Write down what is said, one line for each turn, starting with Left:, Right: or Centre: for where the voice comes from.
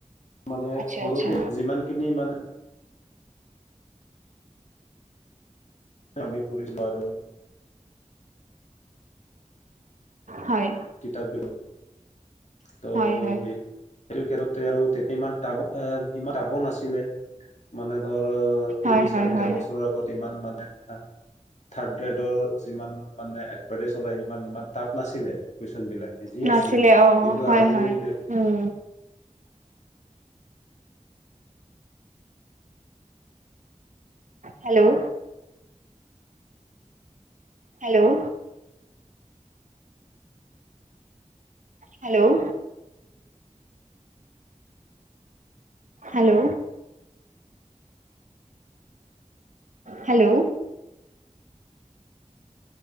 Left: মানে
Right: আচ্ছা
Left: সৰুতে
Right: আচ্ছা
Left: যিমানখিনি মানে <unintelligible>
Right: হয়।
Left: কিতাপ দিলো ত'
Right: হয় হয়
Left: সেই <unintelligible> মানে ধৰ তিনি
Right: হয়
Left: চাৰিটা
Right: হয় হয়
Left: বছৰৰ আগত ইমান মানে থাৰ্ড গ্ৰেডৰ যিমান মানে এডভাৰ্টাইজ ওলাই সিমান টাফ নাছিলে। কুৱেশন বিলাক ইজি
Right: নাছিলে
Left: আছিলে
Right: অ'
Left: কিন্তু
Right: হয়
Left: আজিৰ
Right: হয়
Left: ডেট
Right: উম। Hello hello hello hello hello